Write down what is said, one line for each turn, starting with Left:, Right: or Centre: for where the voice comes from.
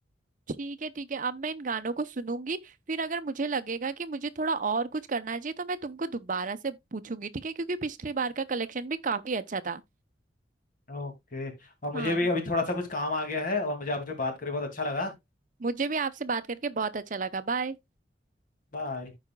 Right: ठीक है ठीक है अब मैं इन गानों को सुनूंगी फिर अगर मुझे लगेगा कि मुझे थोड़ा और कुछ करना चाहिए तो मैं तुमको दोबारा से पूछूंगी ठीक है क्योंकि पिछली बार का कलेक्शन भी काफी अच्छा था
Left: ओके और मुझे
Right: हाँ
Left: भी अभी थोड़ा सा कुछ काम आ गया है और मुझे आपसे बात करके बहुत अच्छा लगा
Right: मुझे भी आपसे बात करके बहुत अच्छा लगा बाय
Left: बाय